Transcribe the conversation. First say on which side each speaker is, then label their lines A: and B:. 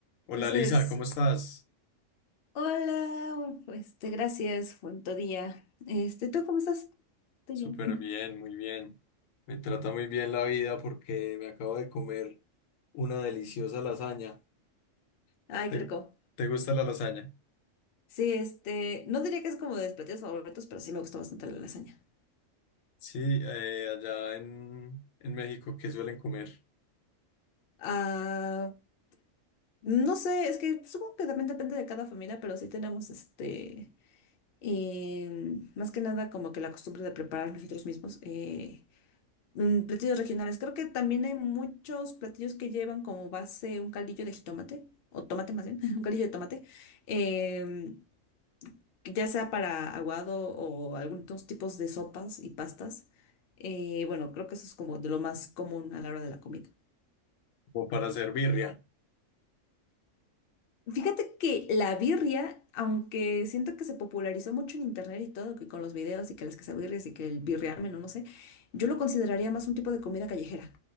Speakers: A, on the left; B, on the left.
A: Hola
B: Entonces,
A: Lisa, ¿cómo estás?
B: hola, este, gracias, buen tu día. Este, ¿tú cómo estás? Estoy
A: Súper
B: bien. <laughs>
A: bien, muy bien. Me trata muy bien la vida porque me acabo de comer una deliciosa lasaña.
B: Ay,
A: ¿Te,
B: qué rico.
A: te gusta la lasaña?
B: Sí, este, no diría que es como de mis platillos favoritos, pero sí me gusta bastante la lasaña.
A: Sí, eh, allá en, en México, ¿qué suelen comer?
B: Ah, no sé, es que supongo que también depende de cada familia, pero sí tenemos este, em, más que nada como que la costumbre de preparar nosotros mismos. eh, Mm, platillos regionales. Creo que también hay muchos platillos que llevan como base un caldillo de jitomate, o tomate más bien, <laughs> un caldillo de tomate, em, que ya sea para aguado o algunos tipos de sopas y pastas. Eh, bueno, creo que eso es como de lo más común a la hora de la comida.
A: Como para hacer birria.
B: Fíjate que la birria, aunque siento que se popularizó mucho en internet y todo, que con los videos y que las quesabirrias y que el birriamen o no sé, yo lo consideraría más un tipo de comida callejera